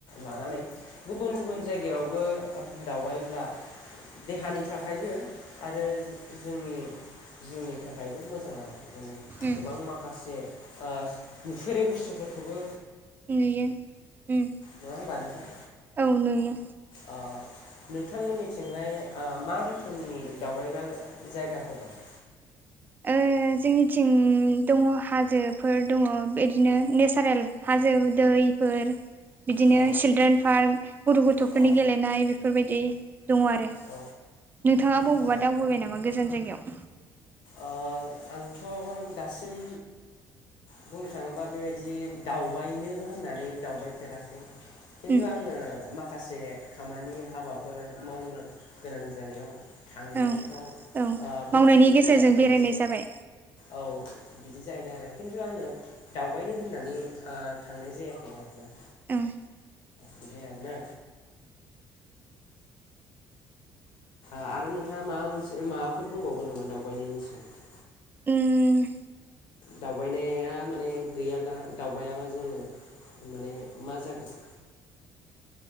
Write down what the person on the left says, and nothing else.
लानानै गुबुन गुबुन जायगायावबो दावबायब्ला देहानि थाखायबो आरो जोंनि जिउनि थाखायबो मोजां आरो जोंनि
गोबां माखासे ओ नुफेरै बुस्थुफोरखौबो
नंङा होमबानोंथां?
ओ। नोंथांमोननिथिंहाय ओ मा रोखोमनि दावबायग्रा जायगाफोर दं?
औ
औ
औ
औ
ओ आंथ' दासिम बुंनो थाङोबा बेबायदि दावबायनो होननानै दावबायफेराखै खिन्थु
आङो माखा माखासे खामानि हाबाफोर मावनो गोनां जानायाव थांनायफ्राव
बैफोर
जायगाफोरखौ
औ बिदि जाहैदों आरो खिन्थु आङो दावबायनो होननानै थांनाय जायाखै आरोना
बिदि आरो ना। आरो नोंथाङा माबा मोनसे माबाफोर बुंबावगोन नामा दावबायनायनि सोमोन्दै
दावबायनाया माने गैयाब्ला दावबायाबा जोङो माने मा जागोन